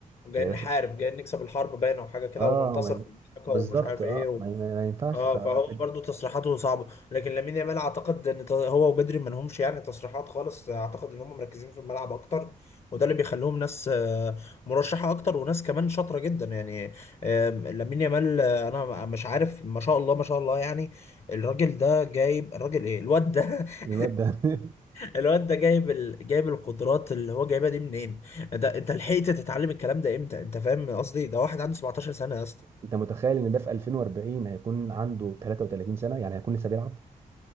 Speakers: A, on the left; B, on the right.
A: جاي
B: يا
A: نحارب
B: باشا
A: جاي نكسب الحرب باينة وحاجة كده
B: اه
A: وننتصر
B: ما ين-
A: في المشاركة
B: بالظبط
A: ومش عارف
B: اه
A: ايه و...
B: ما, ين- ما ينفعش
A: اه
B: ف... ف-
A: فهو برضو تصريحاته صعبه لكن لامين يامال اعتقد ان ت- هو وبدري ما لهمش يعني تصريحات خالص اعتقد ان هم مركزين في الملعب اكتر وده اللي بيخليهم ناس آه، مرشحه اكتر وناس كمان شاطره جدا يعني آه، لامين يامال آه، انا مش عارف ما شاء الله ما شاء الله يعني الراجل ده جايب الراجل ايه الواد ده <laughs>
B: الواد ده <laughs>
A: الواد ده جايب ال... جايب القدرات اللي هو جايبها دي منين ده انت لحقت تتعلم الكلام ده امتى انت فاهم قصدي ده واحد عنده 17 سنه يا اسطى
B: انت متخيل ان ده في 2040 هيكون عنده 33 سنه يعني هيكون لسه بيلعب